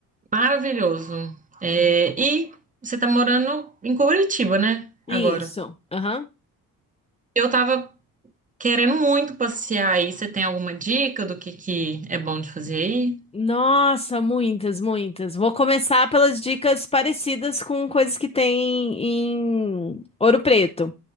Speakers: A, on the right; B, on the left.
A: maravilhoso. É,
B: Uhum.
A: e você está morando em Curitiba, né?
B: Isso.
A: Agora.
B: Aham.
A: Eu tava querendo muito passear aí. Você tem alguma dica do que que é bom de fazer aí?
B: Nossa, muitas, muitas. Vou começar pelas dicas parecidas com coisas que tem em Ouro Preto,